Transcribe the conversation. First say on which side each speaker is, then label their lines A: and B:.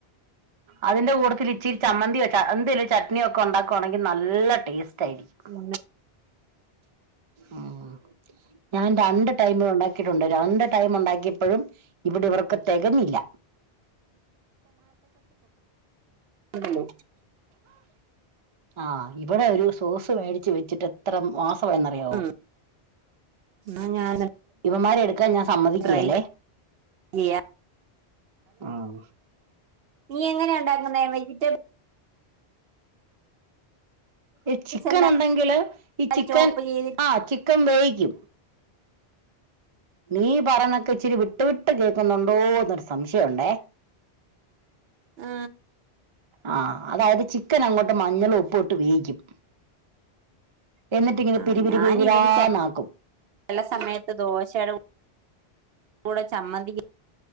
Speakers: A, on the right (about 35°); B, on the right (about 70°).
A: അതിൻ്റെ കൂടെത്തില്ച്ചിരി ചമ്മന്തിയോ ച അ എന്തേലും ചട്ണിക്കെ ഒണ്ടാക്കുവാണെങ്കി നല്ല ടേസ്റ്റ് റ്റായിരിക്കും
B: പിന്നെ
A: ഉം ഞാൻ രണ്ട് ടൈമു ഉണ്ടാക്കിട്ടുണ്ട് രണ്ട് ടൈമ് ഉണ്ടാ ക്കിപ്പഴും ഇവടെ ഇവർക്ക് തെക ഞ്ഞില്ല
B: പിണലോ.
A: ആ ഇവിടെ ഒരു സോസ് സ് മേടിച്ചുവച്ചിട്ടു എത്ര മാസ് വായെന്നറിയാവോ
B: ഉം എന്നാ ഞാൻ
A: ഇവമ്മാരെട് ത്രേം ഞാൻ സമ്മതിക്കേലെ
B: ട്രൈ ചെയ്യാ
A: ഉം.
B: നീയെങ്ങനാ എണ്ടാക്കുന്നെ വെജിറ്റബി
A: ഈ ചിക്കനൊണ്ടെങ്കില്
B: എല്ലാം
A: ഈ ചിക്കൻ
B: ചോപ്പ് ചെയ്തിട്ട്
A: ആ ചിക്കൻ വേവിക്കും. നീ പറേണതൊക്കെ ഇച്ചിരി വിട്ടു വിട്ടു കേക്കുന്നുണ്ടോന്നൊരു സംശയവൊണ്ടേ.
B: ആ
A: ആ അതായതു ചിക്കനങ്ങോട്ട് മഞ്ഞളും ഉപ്പും ഇട്ടു വേവിക്കും എന്നിട്ടിങ്ങനെ
B: ആ
A: പിരിപിരി
B: ഞാനിവനു
A: പിരിപിരാന്നാക്കും
B: ചെ ചെലസമേത്തു ദോശേടെ കൂടെ ചമ്മന്തിക്ക്